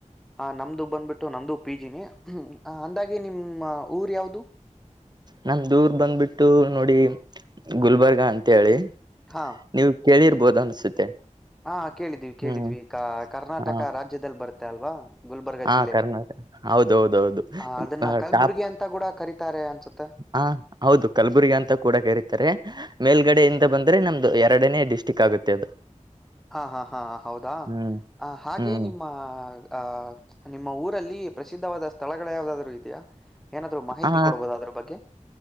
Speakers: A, in the centre; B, on the right.
A: ಹ ನಮ್ದು ಬಂದ್ಬಿಟ್ಟು ನಮ್ದು ಪಿ ಜಿನಿ ಹ ಅಂದಾಗಿ ನಿಮ್ಮ್ ಊರ್ ಯಾವ್ದು
B: ನಮ ದೂರ್ ಬಂದ್ಬಿಟ್ಟು ನೋಡಿ ಗುಲ್ಬರ್ಗ ಅಂತ ಹೇಳಿ
A: ಹಾ
B: ನೀವು ಕೇಳಿರ್ಬೋದು ಅನ್ಸುತ್ತೆ
A: ಹಾ ಕೇಳಿದ್ವಿ ಕೇಳಿದ್ವಿ
B: ಹ್ಮ್
A: ಕ ಕರ್ನಾಟಕ
B: ಹ
A: ರಾಜ್ಯದಲ್ಲಿ ಬರ್ತ್ತೆ ಅಲ್ವಾ ಗುಲ್ಬರ್ಗ
B: ಹಾ
A: ಜಿಲ್ಲೆ
B: ಕರ್ನಾಟಕ ಹೌದೌದೌದು
A: ಹ ಅದನ್ನ ಕಲ್ಬುರ್ಗಿ
B: ಟಾಪ್
A: ಅಂತ ಕೂಡ ಕರೀತಾರೆ ಅನ್ಸುತ್ತ
B: ಹ ಹೌದು ಕಲಬುರ್ಗಿ ಅಂತ ಕೂಡ ಕರೀತಾರೆ ಮೇಲ್ಗಡೆಯಿಂದ ಬಂದ್ರೆ ನಮ್ದು ಎರಡನೇ ಡಿಸ್ಟಿಕ್ ಆಗುತ್ತೆ ಅದು
A: ಹಾ ಹಾ ಹಾ ಹೌದಾ
B: ಹ್ಮ್
A: ಆ ಹಾಗೆ
B: ಹ್ಮ್
A: ನಿಮ್ಮ ಆ ನಿಮ್ಮ ಊರಲ್ಲಿ ಪ್ರಸಿದ್ಧವಾದ ಸ್ಥಳಗಳು ಯಾರಾದರೂ ಇದೆಯಾ ಏನಾದ್ರು ಮಾಹಿತಿ
B: ಹಾ
A: ಕೊಡ್ಬೋದ ಅದ್ರ ಬಗ್ಗೆ